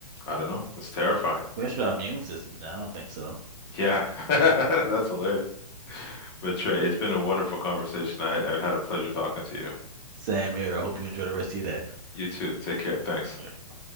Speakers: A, on the left (about 35°); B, on the right (about 30°).
A: I don't know. It's terrifying.
B: Rest of our immune systems now. I don't think so.
A: Yeah. <laughs> That's hilarious. But Trey, it's been a wonderful conversation. I, I had a pleasure talking to you.
B: Same here. I hope you enjoy the rest of your
A: You too. Take care. Thanks.
B: day.